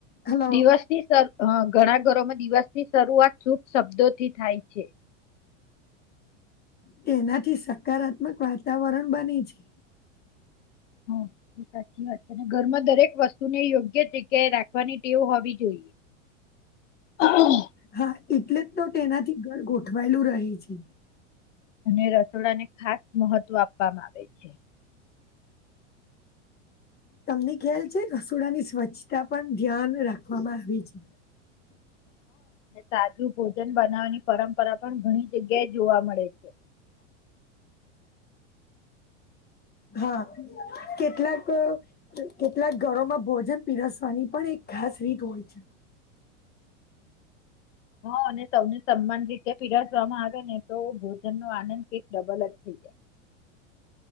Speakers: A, on the left (about 25°); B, on the left (about 80°).
A: હલો
B: દિવસ ની સર અ ઘણા ઘરોમાં દિવસની શરૂઆત શુભ શબ્દોથી થાય છે.
A: તેનાથી સકારાત્મક વાતાવરણ બને છે.
B: હ એ સાચી વાત છે અને ઘરમાં દરેક વસ્તુ ને યોગ્ય જગ્યાએ રાખવાની ટેવ હોવી જોઈએ. હા
A: હા એટલે જ તો તેનાથી ઘર ગોઠવાયેલું રહે છે.
B: અને રસોડાને ખાસ મહત્વ આપવામાં આવે છે.
A: તમને ખ્યાલ છે રસોડાની સ્વચ્છતા પર ધ્યાન રાખવામાં આવી છે.
B: સાદું ભોજન બનાવવાની પરંપરા પણ ઘણી જગ્યા જોવા મળે છે.
A: હા કેટલાક કેટલાક ઘરોમાં ભોજન પીરસવાની પણ એક હ શ્રી કોચ
B: <inaudible> હા અને સૌને સમાન રીતે પીરાસવામાં આવે ને તો ભોજન નો આનંદ કંઈક ડબલ જ થ <unintelligible>